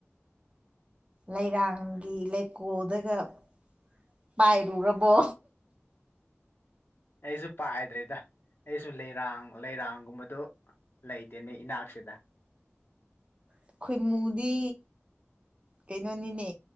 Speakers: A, on the right; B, on the left.
A: ꯂꯩꯔꯥꯡꯒꯤ ꯂꯩꯀꯣꯜꯗꯒ ꯥꯄꯥꯏꯔꯨꯔꯕꯔꯕꯣ
B: ꯑꯩꯁꯨ ꯄꯥꯏꯗ꯭ꯔꯦꯗ ꯑꯩꯁꯨ ꯂꯩꯔꯥꯡ ꯂꯩꯔꯥꯡꯒꯨꯝꯕꯗꯨ ꯂ ꯂꯩꯥꯏꯇꯦꯅꯦ ꯏꯅ ꯍꯥꯛꯁꯗ
A: ꯑꯩꯈꯣꯏ ꯃꯣꯗꯤ ꯀꯩꯅꯣꯅꯤꯅꯦ